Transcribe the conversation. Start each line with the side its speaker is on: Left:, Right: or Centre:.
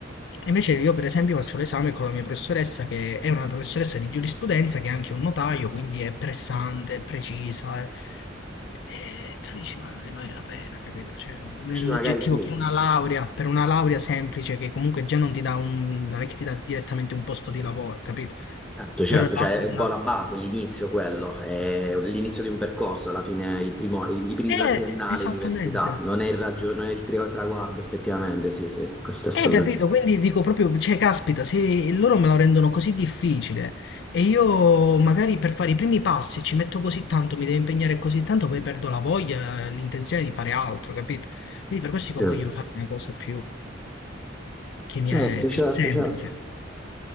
Left: Invece io, per esempio, faccio l'esame con la mia professoressa, che è una professoressa di giurisprudenza, che è anche un notaio, quindi è pressante, è precisa, è- e tu dici, ma ne vale la pena, capito? Cioè, nell'oggettivo
Centre: Sì, magari sì.
Left: per una laurea, per una laurea semplice che comunque già non ti dà un, non è che ti dà direttamente un posto di lavoro, capito?
Centre: Certo, certo,
Left: Per una laurea,
Centre: cioè è un
Left: una-
Centre: po' la base, l'inizio quello, è l'inizio di un percorso, alla fine il primo, il- il-
Left: Eh,
Centre: la triennale,
Left: esattamente.
Centre: l'università, non è il, raggio- non è il tri- traguardo effettivamente, sì, sì, questo è assolutamente.
Left: Eh, capito? Quindi dico proprio, cioè, caspita, se loro me lo rendono così difficile e io magari per fare i primi passi ci metto così tanto, mi devo impegnare così tanto, poi perdo la voglia, l'intenzione di fare altro, capito? Quindi per questo dico,
Centre: Sì.
Left: voglio fare una cosa più, che mi
Centre: Certo,
Left: è più
Centre: certo,
Left: semplice.
Centre: certo.